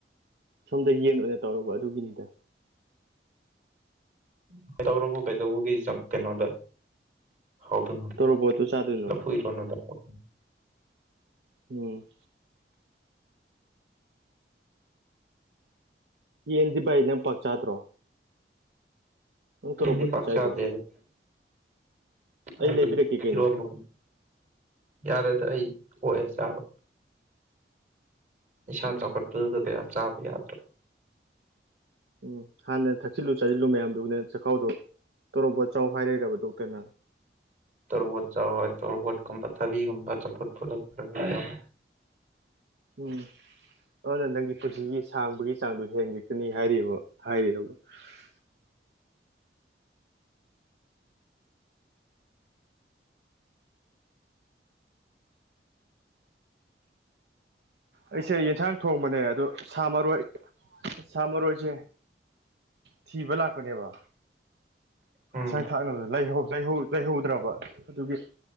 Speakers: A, on the right; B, on the right.
A: ꯁꯣꯝꯗ ꯌꯦꯟ ꯑꯣꯏꯅ ꯇꯧꯔꯕ ꯑꯗꯨꯒꯤꯅꯤꯗ
B: <unintelligible> ꯀꯩꯗꯧꯕꯒꯤ ꯆꯞ ꯀꯩꯅꯣꯗ ꯍꯥꯎꯗꯨꯏ ꯃꯥꯟꯂꯦ
A: ꯇꯣꯔꯣꯕꯣꯠꯇꯣ ꯆꯥꯗꯣꯏꯅꯣ
B: ꯂꯐꯨ ꯏꯔꯣꯟꯕ ꯑꯝꯗ ꯀꯣꯠ
A: ꯎꯝ ꯌꯦꯟꯗꯤ ꯚꯥꯏ ꯅꯪ ꯄꯥꯛ ꯆꯥꯗ꯭ꯔꯣ ꯅꯪ ꯇꯣꯔꯣꯕꯣꯠꯇꯣ
B: ꯌꯦꯟꯗꯤ ꯄꯥꯛ
A: ꯆꯥꯏꯗꯣ
B: ꯆꯥꯗꯦ ꯑꯩ
A: ꯂꯩꯕꯤꯔꯛꯀꯦ ꯀꯩꯅꯣ
B: ꯏꯔꯣꯝꯕ ꯌꯥꯔꯦꯗ ꯑꯩ ꯑꯣꯛꯑꯦ ꯆꯥꯕ ꯏꯁꯥ
A: ꯎꯝ
B: ꯆꯥꯎꯈꯠꯄꯗꯨꯗ ꯀꯌꯥ ꯆꯥꯕ ꯌꯥꯗ꯭ꯔꯕ
A: ꯎꯝ ꯍꯥꯟꯅ ꯊꯛꯆꯤꯜꯂꯨ ꯆꯥꯁꯤꯜꯂꯨ ꯃꯌꯥꯝꯗꯨꯅ ꯆꯈꯥꯎꯗꯣ ꯇꯣꯔꯣꯕꯣꯠ ꯆꯥꯎ ꯍꯥꯏꯔꯩꯔꯕ ꯗꯣꯛꯇꯔꯅ
B: ꯇꯣꯔꯣꯕꯣꯠ ꯆꯥꯎ ꯍꯥꯏ ꯇꯣꯔꯣꯕꯣꯠ ꯀꯨꯝꯕ ꯊꯥꯕꯤꯒꯨꯝꯕ ꯆꯝꯐꯨꯠ ꯐꯨꯠꯂ ꯈꯔ ꯈꯔ ꯆꯥꯎ ꯍꯥꯏ
A: ꯎꯝ ꯑꯗꯨꯅ ꯅꯪꯒꯤ ꯄꯨꯟꯁꯤꯒꯤ ꯁꯥꯡꯕꯒꯤ ꯆꯥꯡꯗꯣ ꯍꯦꯟꯒꯠꯀꯅꯤ ꯍꯥꯏꯔꯤꯕꯣ ꯍꯥꯏꯔꯤꯔꯣꯕ <unintelligible> ꯑꯩꯁꯦ ꯌꯦꯟꯁꯥꯡ ꯊꯣꯡꯕꯅꯦ ꯑꯗꯣ ꯁꯥ ꯃꯔꯣꯏ ꯁꯥ ꯃꯔꯣꯏꯁꯦ ꯊꯤꯕ ꯂꯥꯛꯄꯅꯦꯕ
B: ꯎꯝ
A: ꯏꯟꯁꯥꯡ ꯊꯥꯛꯅꯕ ꯂꯩꯍꯧ-ꯂꯩꯍꯧ ꯂꯩꯍꯧꯗ꯭ꯔꯕ ꯑꯗꯨꯒꯤ